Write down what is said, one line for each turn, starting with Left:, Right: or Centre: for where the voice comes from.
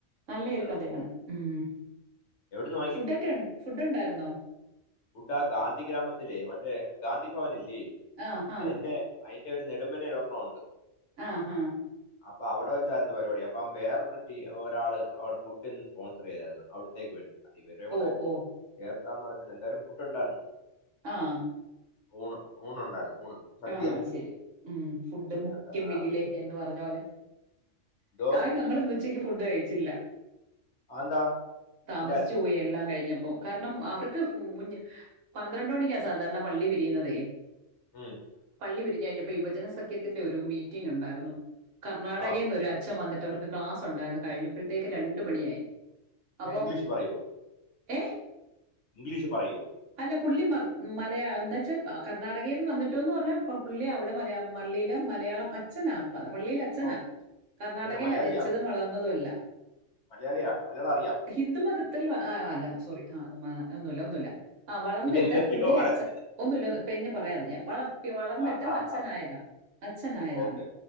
Right: നല്ലെയൊരു
Left: ആ,
Right: കഥയാണ്. ഉം
Left: എവിടുന്ന്
Right: ഫുഡൊക്കെ ഉൺ ഫുഡ് ഉണ്ടായിരുന്നോ?
Left: ഫുഡാ ഗാന്ധി ഗ്രാമത്തിലേ മറ്റേ ഗാന്ധി ഭവൻ ഇല്ലേ
Right: ആ, ആ.
Left: അതിൻ്റെ അയിന്റെ ഒര് നെടുമ്പനയിൽ ഒരെണ്ണമുണ്ട്.
Right: ആഹാ.
Left: അപ്പൊ അവിടെ വെച്ചായിരുന്നു പരിപാടി അപ്പം വേറൊരു ടീ ഒരാള് അവിടെ ഫുഡ് എന്ന് സ്പോൺസർ ചെയ്തായ്രുന്നു. അവി ടേക്ക് വേണ്ടി. അത് ഇവരെ കൂടെ
Right: ഓ, ഓ.
Left: ചേർത്താന്ന് അറിയത്തില്ല. എന്തായാലും ഫുഡ് ഉണ്ടായിരുന്നു.
Right: ആഹ്.
Left: ഊണ് ഊണ് ഉണ്ടായിരുന്നു ഊണ്. സദ്യ
Right: ആഹ് അത് ശരി. ഉം ഫുഡ്
Left: സദ്യ
Right: മുഖ്യം
Left: ഉണ്ടായിരുന്നു
Right: ബിഗിലേ
Left: ആ,
Right: എന്ന് പറഞ്ഞ പോലെ
Left: എന്തോ
Right: ആയി ന്നങ്ങള് ന്ന് ഉച്ചക്ക് ഫുഡ് കഴിച്ചില്ല
Left: ആ എന്താ
Right: താമസിച്ചു
Left: ഇല്ലായിരുന്നു
Right: പോയെ എല്ലാം കഴിഞ്ഞപ്പം. കാരണം അവർക്ക് കുഞ്ഞ് പന്ത്രണ്ട് മണിക്കാ സാധാരണ പള്ളി പിരിയുന്നതേ
Left: മ്മ്
Right: പള്ളി വിരിഞ്ഞു കഴിഞ്ഞപ്പോ യുവജന സഖ്യത്തിന്റെ ഒരു മീറ്റിംങ്ങ് ഉണ്ടായിരുന്നു. കർണാടകേന്നൊരാ
Left: ആ
Right: അച്ഛം വന്നിട്ട് അവർക്ക് ക്ലാസ് ഉണ്ടായിരുന്നു. കഴിഞ്ഞപ്പോഴത്തേക്ക് രണ്ട മണിയായി
Left: അങ്ങനെ
Right: അപ്പം
Left: ഇംഗ്ലീഷ് പറയൂ
Right: എഹ്
Left: ഇംഗ്ലീഷ് പറയൂ
Right: അല്ല പുള്ളി മർ മലയാള എന്നന്ന് വെച്ചാൽ കർണ്ണാടകയിൽ നിന്ന് വന്നിട്ട് ട്ടുന്ന് പറഞ്ഞാ പുള്ളി അവിടെ മലയാം പള്ളിയിലെ മലയാളം അഛനാ പള്ളിയിലെ
Left: ഓ
Right: ന കർണ്ണാടകല്ല
Left: അത് തന്നെ മലയാളിയാ
Right: ജനിച്ചതും വളർന്നതും എല്ലാം
Left: മലയാളിയാ മലയാള അറിയാം
Right: ഹിന്ദുമതത്തിൽ അല്ല സോറി ആഹ നമ്മ ഒന്നുമല്ല ഒന്നുമല്ല ആ വളർന്നിട്ട്
Left: എന്തൊക്കെയോ
Right: പുള്ളി
Left: പറയുന്നത്
Right: അച്ച ഒന്നുമ ഇ പേ പറയാെ ഞാൻ വളർ വളർന്നിട്ട്
Left: ആ ആ
Right: അച്ഛനായതാണ്
Left: ആ
Right: അച്ഛനായതാണ്
Left: ഓക്കെ